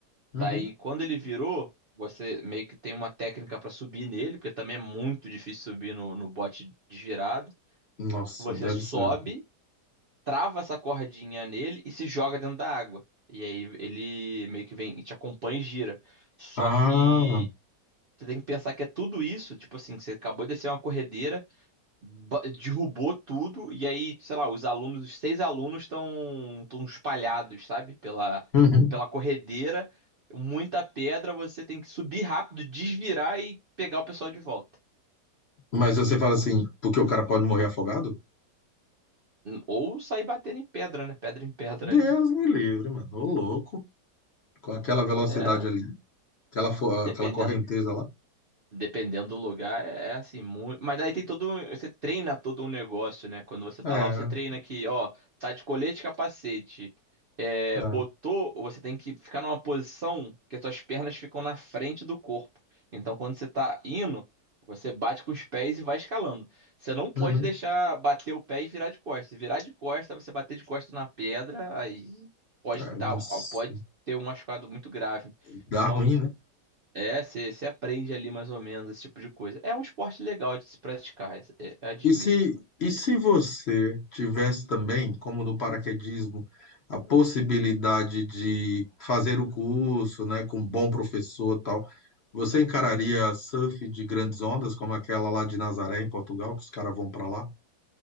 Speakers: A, on the left; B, on the right.
A: uhum.
B: Daí, quando ele virou, você meio que tem uma técnica pra subir nele, porque também é muito difícil subir no, no bote desvirado.
A: Nossa,
B: Você
A: deve
B: sobe,
A: ser.
B: trava essa cordinha nele e se joga dentro da água. E aí ele meio que vem e te acompanha e gira. Só
A: Ah,
B: que. Você tem que pensar que é tudo isso, tipo assim, que você acabou de descer uma corredeira, ba- derrubou tudo, e aí, sei lá, os alunos, os seis alunos estão estão espalhados, sabe? Pela,
A: uhum.
B: pela corredeira, muita pedra, você tem que subir rápido, desvirar e pegar o pessoal de volta.
A: Mas você fala assim, porque o cara pode morrer afogado?
B: Ou sair batendo em pedra, né? Pedra em pedra
A: Deus
B: ali.
A: me livre, mano. Ô louco, com aquela velocidade
B: É,
A: ali, aquela, fo-
B: dependendo
A: aquela correnteza lá.
B: Dependendo do lugar, é é assim, muito. Mas aí tem todo. um- Você treina todo um negócio, né? Quando você tá
A: É, é,
B: lá, você treina que, ó, tá de colete e capacete. É,
A: é.
B: botou, você tem que ficar numa posição que as suas pernas ficam na frente do corpo. Então, quando você tá indo, você bate com os pés e vai escalando. Você não pode
A: Uhum.
B: deixar bater o pé e virar de costas. Se virar de costas, você bater de costas na pedra, aí pode
A: É,
B: dar,
A: nossa,
B: pode ter um machucado muito grave.
A: dá
B: Então,
A: ruim, né?
B: é, você você aprende ali mais ou menos esse tipo de coisa. É um esporte legal de se praticar, é- é- admito.
A: E se, e se você tivesse também, como no paraquedismo, a possibilidade de fazer o curso, né, com um bom professor e tal, você encararia surf de grandes ondas, como aquela lá de Nazaré, em Portugal, que os caras vão para lá?